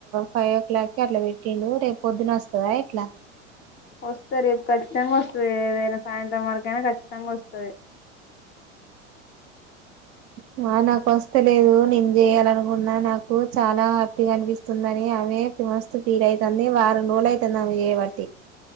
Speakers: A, on the right; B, on the left.
A: ఫైవ్ ఓ క్లాక్కిి అట్లా పెట్టిండు. రేపు పొద్దున అస్తదా ఎట్లా.
B: వస్తది రేపు ఖచ్చితంగా వస్తది ఏదైనా సాయంత్రం వరకైనా ఖచ్చితంగా వస్తది.
A: హ్ ఆ నాకు వస్తలేదు. నేను చేయాలనుకున్నా, నాకు చాలా హ్యాపీగా అనిపిస్తుందని అమె మస్తు ఫీల్ అయితంది వారం రోజులైతుంది ఆమె చేయబట్టి.